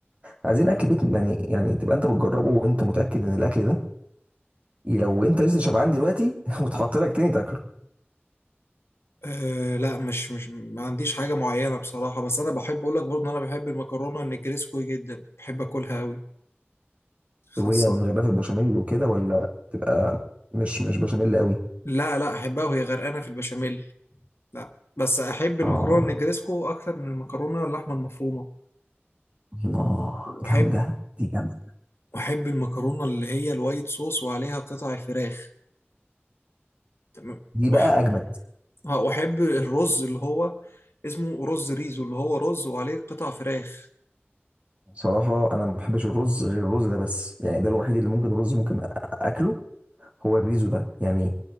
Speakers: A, on the right; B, on the left.
A: عايزين اكل بيت يعني يعني تبقى انت بتجربه وانت متاكد ان الاكل ده لو انت لسه شبعان دلوقتي <laughs> وتحط لك تاني تاكله
B: أه لا مش مش ما عنديش حاجة معينة بصراحة بس أنا بحب أقول لك برضه إن أنا بحب المكرونة النجريسكو جدا بحب أكلها أوي خاصة
A: وهي من غير في البشاميل وكده ولا تبقى مش مش بشاميل قوي
B: لا لا احبها وهي غرقانه في البشاميل لا بس احب المكرونه
A: اه
B: النجريسكو اكتر من المكرونه اللحمه المفرومه
A: الله
B: واحب
A: جامده دي جامده
B: واحب المكرونه اللي هي الوايت صوص وعليها قطع الفراخ تمام
A: دي
B: وأح...
A: بقى اجمد
B: اه واحب الرز اللي هو اسمه رز ريزو اللي هو رز وعليه قطع فراخ
A: صراحة أنا ما بحبش الرز غير الرز ده بس يعني ده الوحيد اللي ممكن الرز ممكن أكله هو الريزو ده يعني